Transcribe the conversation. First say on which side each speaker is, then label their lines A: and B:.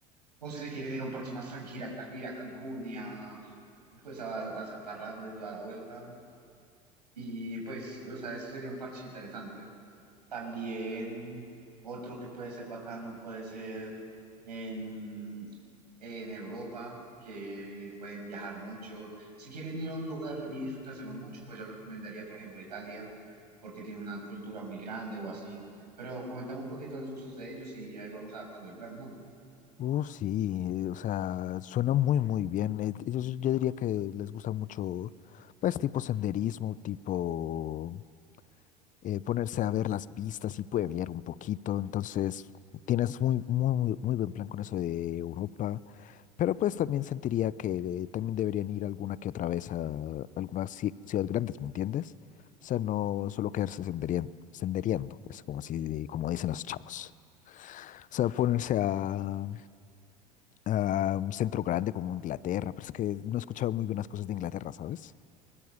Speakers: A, on the right; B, on the left.
A: o si se quieren ir a un parche más tranquilo, a- a ir a Cancún y a, pues a, a hacer parranda y toda la vuelta. Y pues, o sea, ese sería un parche interesante. También otro que puede ser bacano puede ser en, en Europa, que pueden viajar mucho. Si quieren ir a un lugar y disfrutárselo mucho, pues yo recomendaría, por ejemplo, Italia, porque tiene una cultura muy grande o así. Pero comentame un poquito de los gustos de ellos y ahí vamos adaptando el plan, ¿no?
B: Uh, sí, o sea, suena muy, muy bien. Eh, Ellos, yo diría que les gusta mucho, pues, tipo senderismo, tipo eh, ponerse a ver las vistas y pueblear un poquito. Entonces, tienes muy, muy, muy buen plan con eso de Europa. Pero pues también sentiría que eh, también deberían ir alguna que otra vez a algunas ci- ciudades grandes, ¿me entiendes? O sea, no solo quedarse senderien- sendereando, pues como así, como dicen los chavos. O sea, ponerse a, a un centro grande como Inglaterra, pero es que no he escuchado muy buenas cosas de Inglaterra, ¿sabes?